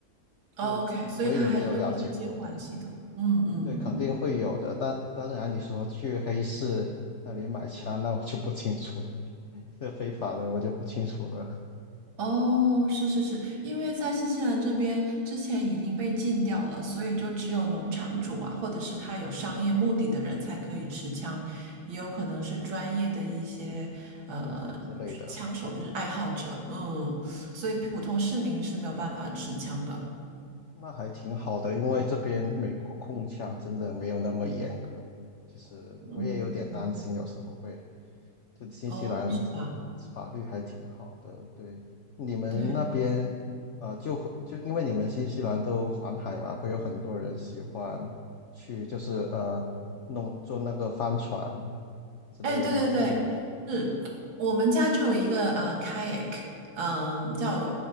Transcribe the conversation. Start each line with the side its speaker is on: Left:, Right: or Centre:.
Left: 就我也没有了解过，
Right: ，OK，所以它还是有一些监管系统。
Left: 对
Right: 嗯嗯嗯。
Left: 对，肯定会有的。但当然，你说去黑市那里买枪，那我就不清楚了，<laughs> 是非法的，我就不清楚了，
Right: 哦，是是是，因为在新西兰这边之前已经被禁掉了，所以就只有农场主啊，或者是他有商业目的的人才可以持枪，也有可能是专业的一些呃
Left: 路人之类的。
Right: 枪手，就是爱好者，嗯，所以普通市民是没有办法持枪的，
Left: 那还挺好的，因为这边美国控枪真的没有那么严格，就是我也有点担心，
Right: 嗯，嗯
Left: 有时候会，就新西兰的法律还挺好的，
Right: 哦，是吧？
Left: 对，你们那边，
Right: 对。
Left: 呃，就会就因为你们新西兰都环海嘛，会有很多人喜欢去，就是呃，弄坐那个帆船之类的嘛，
Right: 哎，对对对，
Left: 就是有，
Right: 是我们家就有一个呃 kayak，嗯、叫